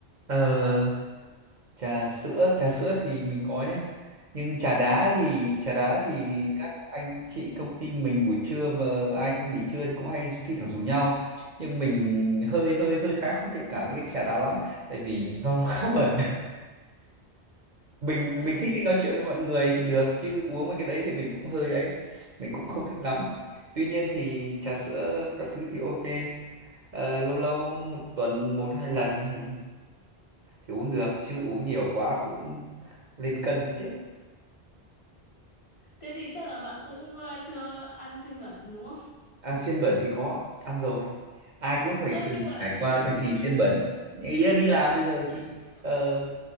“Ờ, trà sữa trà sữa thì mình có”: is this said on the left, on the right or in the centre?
Right